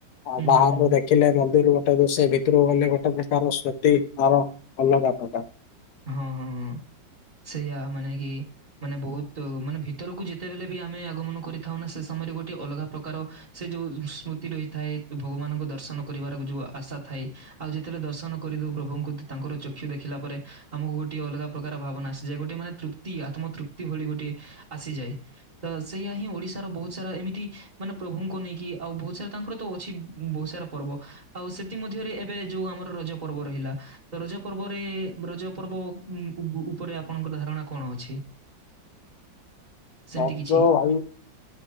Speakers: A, on the left; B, on the right.
A: ଆ
B: ହୁଁ,
A: ବାହାରରୁ
B: ହୁଁ, ହୁଁ।
A: ଦେଖ ଦେଖିଲେ ମନ୍ଦିରର ଗୋଟେ ଦୃଶ୍ୟ ଭିତରୁକୁ ଗଲେ ଗୋଟେ ପ୍ରକାରର ସ୍ମୁତି ତାର ଅଲଗା ପ୍ରକାର।
B: ହଁ ହଁ ହଁ ସେଇଆ ମାନେ କି? ମାନେ ବହୁତ ମାନେ ଭିତରକୁ ଯେତେବେଲେ ବି ଆମେ ଆଗମନ କରିଥାଉ ନା ସେ ସମୟରେ ଗୋଟେ ଅଲଗା ପ୍ରକାର ସେ ଯୋଉ ସ୍ମୃତି ରହିଥାଏ, ଭଗବାନଙ୍କୁ ଦର୍ଶନ କରିବାର ଯୋଉ ଆଶା ଥାଏ ଆଉ ଯେତେଲେ ଦର୍ଶନ କରିଦେଉ ପ୍ରଭୁଙ୍କୁ ତାଙ୍କର ଚକ୍ଷୁ ଦେଖିଲା ପରେ ଆମକୁ ଗୋଟିଏଅଲଗା ପ୍ରକାର ଭାବନା ଆସିଯାଏ। ଗୋଟେ ମାନେ ତୃପ୍ତି ଆତ୍ମ ତୃପ୍ତି ଭଳି ଗୋଟିଏ ଆସିଯାଏ। ତ ସେଇୟା ହିଁ ଓଡିଶାର ବହୁତ ସାରା ଏମିତି ମାନେ ପ୍ରଭୁଙ୍କୁ ନେଇକି ଆଉ ବହୁ ସାରା ତାଙ୍କର ତ ଅଛି ବହୁ ସାରା ପର୍ବ ଆଉ ସେଥିମଧ୍ୟରେ ଏବେ ଯୋଉ ଆମର ରଜ ପର୍ବ ରହିଲା, ତ ରଜ ପର୍ବରେ ରଜ ପର୍ବ ଉ ଉପରେ ଆପଣଙ୍କର ଧାରଣା କଣ ଅଛି?
A: <inaudible>
B: ସେମିତି କିଛି?